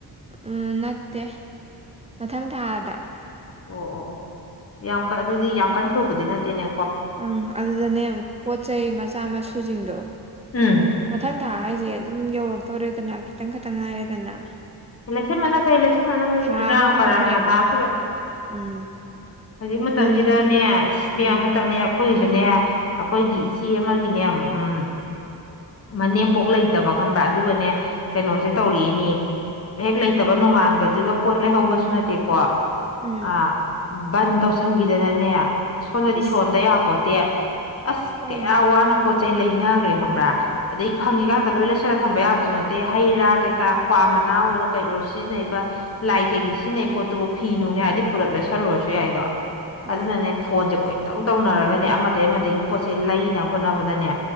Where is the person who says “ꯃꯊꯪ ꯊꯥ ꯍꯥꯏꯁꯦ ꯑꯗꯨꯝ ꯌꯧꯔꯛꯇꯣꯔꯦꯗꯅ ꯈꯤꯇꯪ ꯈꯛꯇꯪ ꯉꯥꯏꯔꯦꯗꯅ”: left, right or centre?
Right